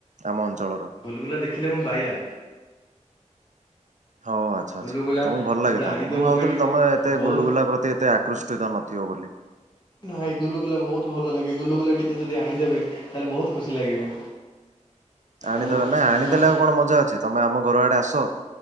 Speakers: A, on the right (about 70°); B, on the left (about 40°).
A: ଆମ ଅଞ୍ଚଳର
B: ଗୁଲୁଗୁଲା ଦେଖିଲେ ମୁଁ ବାଇଆ।
A: ହଁ ଆଛା
B: ଗୁଲୁଗୁଲା
A: ଆଚ୍ଛା। ତମକୁ ଭଲ
B: କେବଳ
A: ଲାଗେ ତାହେଲେ
B: ଆଣିଦିଅ
A: ମୁଁ ଭାବୁଥିଲି
B: ମୋ ପାଇଁ ଟିକେ
A: ତମେ ଏତେ
B: ବହୁତ
A: ଗୁଲୁଗୁଲା ପ୍ରତି ଏତେ ଆକୃଷ୍ଟିତ ନଥିବ ବୋଲି।
B: ନାଇଁ ଗୁଲୁଗୁଲା ବହୁତ୍ ଭଲ ଲାଗେ ଗୁଲୁଗୁଲା ଟିକେ ଯଦି ଆାଣିଦେବେ ତାହେଲେ ବହୁତ୍ ଖୁସି ଲାଗିବ।
A: ଆଣିଦବା
B: ଆଉ
A: ନା ଆଣିଦେଲେ
B: ଆପଣ
A: ଆଉ କଣ ମଜା ଅଛି ତମେ ଆମ ଘର ଆଡେ ଆସ